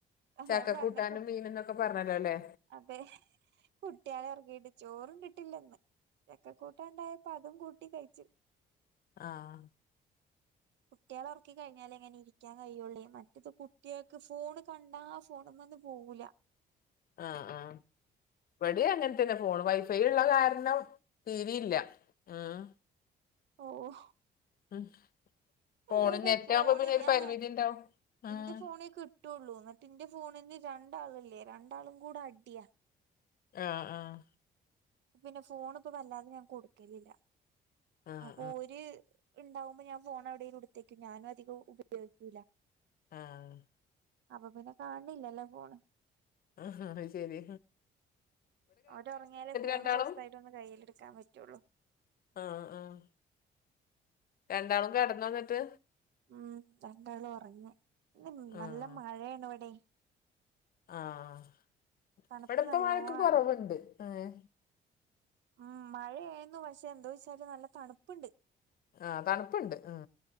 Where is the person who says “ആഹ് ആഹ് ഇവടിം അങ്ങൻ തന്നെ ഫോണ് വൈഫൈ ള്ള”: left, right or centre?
Left